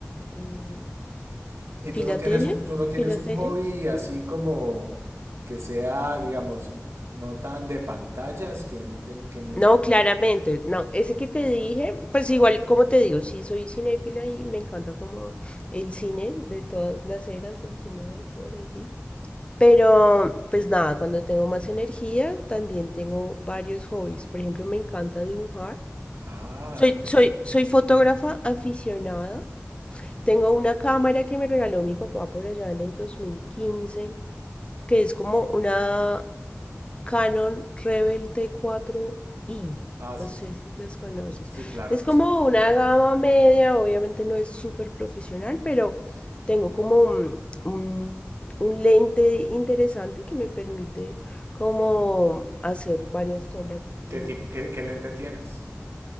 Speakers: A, on the left; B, on the right.
A: eh,
B: ¿Y tú
A: filatelia,
B: no tienes un, tú no tienes
A: filatelia.
B: un hobby así como que sea, digamos, no tan de pantallas, que no ten, que no involucre?
A: No, claramente, no, ese que te dije, pues igual, como te digo, sí soy cinéfila y me encanta como el cine de todas las eras, el cine de autor, en fin. Pero, pues nada, cuando tengo más energía, también tengo varios hobbies. Por ejemplo, me encanta dibujar.
B: Ah,
A: Soy, soy, soy fotógrafa aficionada. Tengo una cámara que me regaló mi papá por allá en el dos mil quince que es como una Canon Rebel t cuatro i
B: ah, sí.
A: No sé si las conoces.
B: Sí, claro
A: Es
B: que
A: como
B: sí.
A: una gama media, obviamente no es súper profesional, pero tengo como un, un- un lente interesante que me permite como hacer varias tomas de
B: ¿Qué tipo, qué, qué lente tienes?